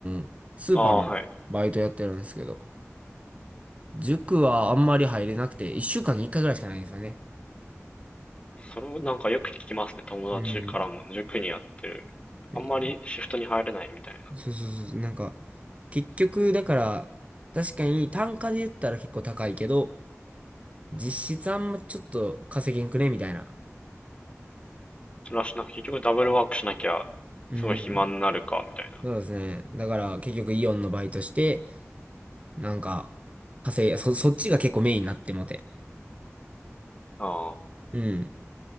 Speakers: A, on the right; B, on the left.
A: ースーパーのバイトやってるんですけど、
B: ああ、はい。
A: 塾はあんまり入れなくて、一週間に一回ぐらいしかないんですよね。
B: それをなんかよく聞きますね。友達からも塾にやってる。
A: うん。はい
B: あんまりシフトに入れないみたいな。
A: そうそうそう。なんか、結局、だから、確かに単価で言ったら結構高いけど、実質あんまちょっと稼げんくねみたいな。
B: らし、なくて結局ダブルワークしなきゃ、
A: うん。
B: すごい暇になるか、みたいな。
A: そうですね。だから結局イオンのバイトして、なんか、稼い、そ、そっちが結構メインになってもて。
B: あ
A: うん。